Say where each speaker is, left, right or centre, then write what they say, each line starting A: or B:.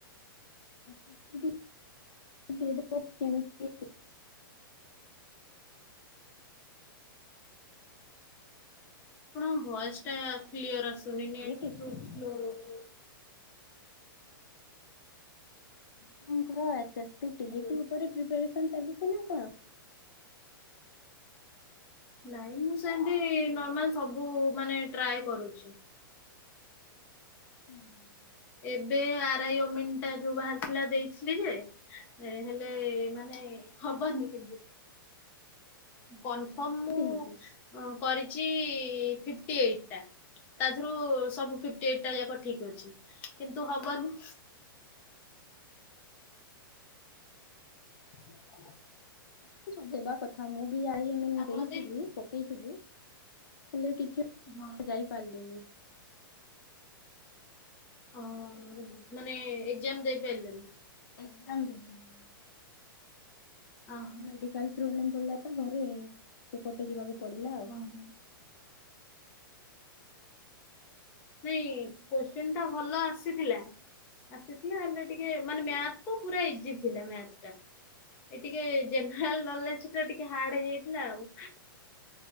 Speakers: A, on the left; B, on the left.
A: <unintelligible> କେମ୍ତି।
B: ଆପଣଙ୍କ ଭଏସ୍ ଟା କ୍ଲିୟର୍ ଆସୁନି
A: ଆପଣଙ୍କର
B: ନେଟ୍ ସ୍ଲୋ ରହୁଚି।
A: ଆପଣଙ୍କର <unintelligible>
B: ହ୍ୟାଲୋ
A: ଉପରେ ପ୍ରେପାରେସନ୍ ଚାଲିଛି ନା କଣ?
B: ନାଇଁ ମୁଁ ସେନ୍ତି
A: ହ୍ୟାଲୋ।
B: ନର୍ମାଲ୍ ସବୁ ମାନେ ଟ୍ରାଏ କରୁଛି।
A: ହୁଁ <inaudible>
B: ଏବେ ଆ ରାଇ ଅମିନ ଟା ଯୋଉ ବାହାରିଥିଲା ଦେଇଥିଲି ଯେ ହେଲେ ମାନେ ହବନି କିନ୍ତୁ। କନଫର୍ମ ମୁଁ
A: କେମିତି ହେଇଛି?
B: ଆଁ କରିଚି ଫିପ୍ଟି ଏଇଟ୍ ଟା, ତାଧୁରୁ ସବୁ ଫିପ୍ଟି ଏଇଟ୍ ଟା ଯାକ <unintelligible> ଠିକ୍ ଅଛି କିନ୍ତୁ ହବନି। <unintelligible>
A: <unintelligible> କଥା ମୁଁ ବି ଆଇ ଏମେନ୍
B: ଆପଣ
A: ଦେଇଥିଲି
B: ଦେଇ
A: ପକେଇଥିଲି ହେଲେ କିଛି
B: ହଁ।
A: ଯାଇ ପାରିଲିନି।
B: ଅଁ ମାନେ ଏକ୍ଜାମ୍ ଦେଇପାଇଲେନି?
A: ଏକ୍ଜାମ୍ ଦେଇନି।
B: ଓହୋ
A: ମେଡିକାଲ୍ ପ୍ରୋବ୍ଲେମ୍ ପଡିଲା ତ ଘରେ, ସେପଟେ ଯିବାକୁ ପଡିଲା।
B: <unintelligible>
A: ଆଉ।
B: ନାଇଁ କୋଶ୍ଚିନ୍ ତ ଭଲ ଆସିଥିଲା। ଆସିଥିଲା ହେଲେ ଟିକେ ମାନେ ମ୍ୟାଥ୍ ତ ପୁରା ଇଜି ଥିଲା ମ୍ୟାଥ୍ ଟା। ଏ ଟିକେ ଜେହ୍ନେରାଲ୍ ନଲେଜ୍ ଟା ଟିକେ ହାର୍ଡ ହେଇଯାଇଥିଲା ଆଉ।